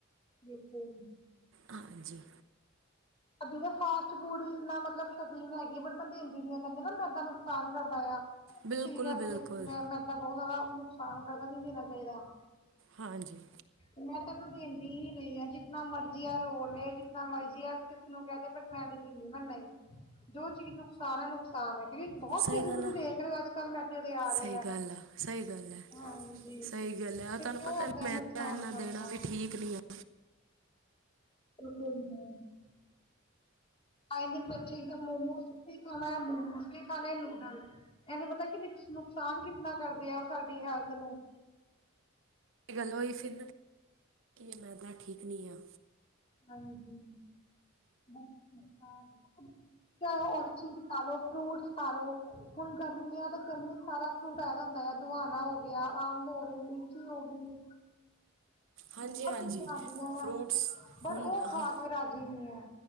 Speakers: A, on the left; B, on the right.
A: ਬਿਲਕੁਲ ਹ
B: ਹਾਂਜੀ।
A: ਸਾਡੀ ਤਾਂ ਫਾਸਟ ਫੂਡ ਇਨਾ ਮਤਲਬ ਸ਼ੌਕੀਨ ਹੈਗੀ ਹੈ। ਬਟ ਮੈਂ ਦਿੰਦੀ ਨੀ ਆ, ਕਹਿੰਦੇ ਨਾ ਮੈਦਾ ਨੁਕਸਾਨ ਕਰਦਾ ਆ।
B: ਬਿਲਕੁਲ
A: ਸ਼ਰੀਰ ਅਸਤੇ,
B: ਬਿਲਕੁਲ
A: ਮੈਂ ਮੈਦਾ ਬਹੁਤ ਜ਼ਿਆਦਾ ਨੂ ਨੁਕਸਾਨ ਕਰਦਾ ਨਹੀ ਦੈਣਾ ਚਾਹੀਦਾ।
B: ਹਾਂਜੀ
A: ਮੈਂ ਤੈ ਇਨੂੰ ਦਿੰਦੀ ਹੀ ਨਹੀਂ ਆਾਂ।, ਜਿਤਨਾ ਮਰਜ਼ੀ ਆ ਰੋਲੇ ਜਿਤਨਾ ਮਰਜ਼ੀ ਆ। ਜੋ ਕਹਿ ਦੇ ਬਟ, ਮੈਂ ਨੀ ਦੇਦੀ ਨਾ, ਜੋ ਚੀਜ਼ ਨੂੰ ਨੁਕਸਾਨ ਹੈ, ਨੁਕਸਾਨ ਹੈ। ਕਿਉਂਕਿ, ਬਹੁਤ
B: ਸਹੀ
A: ਕਿਸਸੇ
B: ਗੱਲ
A: ਤੁਸੀਂ
B: ਆ
A: ਦੇਖ ਰਹੇ ਹੋ। ਅੱਜ ਕੱਲ ਮੈਡੇ ਦੇ ਆ
B: ਸਹੀ
A: ਰਹੇ ਹੈ।
B: ਗੱਲ ਆ ਸਹੀ ਗੱਲ ਹੈ-ਸਹੀ
A: ਹਾਂਜੀ
B: ਗੱਲ ਹੈ। ਉਹ
A: ਫਿਰ
B: ਤੁਹਾਨੂੰ
A: ਕਿਉਂ
B: ਪਤਾ
A: ਏਦਾਂ
B: ਮੈਦਾ,
A: ਨੁਕਸਾਨ
B: ਇੰਨਾ
A: ਕਰਨਾ
B: ਦੇਣਾ ਵੀ ਠੀਕ ਨਹੀਂ ਹੈ।
A: <unintelligible> ਆਏ ਦਿਨ, ਬੱਚੇ ਇੱਕਦਮ ਮੋਮੋਸ, ਕੀ ਖਾਣਾ ਮੋਮੋਸ, ਕੀ ਖਾਣਾ ਹੈ ਨੂਡਲ। ਇਹ ਨੀ ਪਤਾ ਕਿ ਨੁਕਸਾਨ ਕਿਤਨਾ ਕਰਦੇ ਆ। ਉਹ ਸਾਡੀ ਹੈਲਥ ਨੂੰ।
B: ਇਹ ਗੱਲ ਹੈ ਉਹੀ ਫਿਰ, ਕੀ ਮੈਦਾ ਠੀਕ ਨਹੀਂ ਆ।
A: ਹਾਂਜੀ, <unintelligible> ਚਾਹੇ ਔਰ ਚੀਜ਼ ਖਾਲੋ, ਫਰੂਟਸ ਖਾਲੋ, ਹੁਣ ਗਰਮੀ ਹੈ ਤੇ ਗਰਮੀ ਸਾਰਾ ਫਰੂਟ ਆ ਜਾਂਦਾ ਹੈ। ਦੁਆਣਾ ਹੋ ਗਿਆ, ਅੰਬ ਹੋ ਗਏ, ਲੀਚੀ ਹੋ ਗਈ।
B: ਹਾਂਜੀ-
A: ਬਹੁਤ
B: ਹਾਂਜੀ,
A: ਚੀਜ਼ਾਂ ਆਉਂਦੀਆਂ
B: ਫਰੂਟਸ
A: ਆ ਬਟ
B: ਹੁਣ
A: ਉਹ ਖਾ
B: ਹਾ
A: ਕੇ ਰਾਜੀ ਨਹੀਂ ਹੈ